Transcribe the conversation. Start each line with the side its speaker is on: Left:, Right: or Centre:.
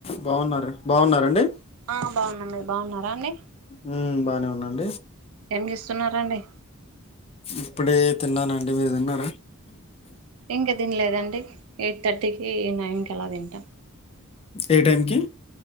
Left: బాగున్నారు. బాగున్నారండి.
Right: ఆ బాగున్నాం మీరు బాగున్నారా అండి.
Left: ఉమ్ బానే ఉన్నాను
Right: ఏం చేస్తున్నారండి.
Left: ఇప్పుడే తిన్నానండి మీరు తిన్నర
Right: ఇంకా తినలేదండి ఎయిట్ థర్టీకి నైన్ కి అలా తింటా
Left: ఏ టైంకి